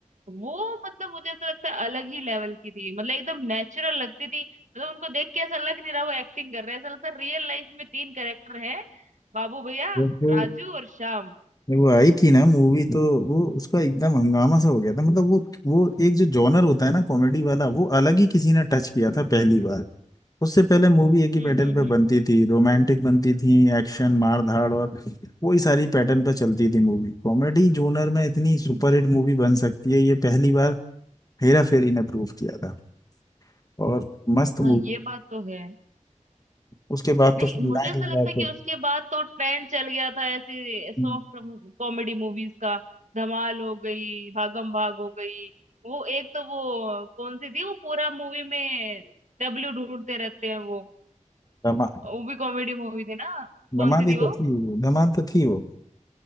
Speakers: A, on the right; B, on the left.
A: वो मतलब मुझे ऐसा लगता है अलग ही लेवल की थी मतलब एकदम नेचुरल लगती थी मतलब उनको देख के ऐसा लग नहीं रहा वो एक्टिंग कर रहे हैं ऐसा लगता है रियल लाइफ में तीन कैरेक्टर हैं बाबू भैया
B: जब वो
A: राजू और श्याम
B: जब वो आई थी ना मूवी तो वो उसका एकदम हंगामा सा हो गया था मतलब वो वो एक जो जॉनर होता है ना कॉमेडी वाला वो अलग ही किसी ने टच किया था पहली बार उससे पहले मूवी एक ही
A: हम्म
B: पैटर्न
A: हम्म
B: पे बनती थी रोमांटिक बनती थी एक्शन मार धाड़ और वही सारी पैटर्न पे चलती थी मूवी कॉमेडी जोनर में इतनी सुपरहिट
A: हम्म
B: मूवी बन सकती है ये पहली बार हेरा फेरी ने प्रूव किया था और मस्त मूवी
A: हाँ ये बात तो है
B: उसके बाद
A: नहीं
B: तो फिर लाइन
A: मुझे ऐसा
B: लगा
A: लगता है कि
B: के
A: उसके बाद तो ट्रेंड चल गया था ऐसी सॉफ्ट
B: हम्म,
A: कॉमेडी मूवीज का धमाल हो गई भागम भाग हो गई वो एक तो वो कौन सी थी वो पूरा मूवी में डब्ल्यू ढूंढते रहते हैं वो
B: धमा
A: वो भी कॉमेडी मूवी थी ना कौन
B: धमाल
A: सी
B: ही
A: थी
B: तो
A: वो
B: थी वो धमाल तो थी वो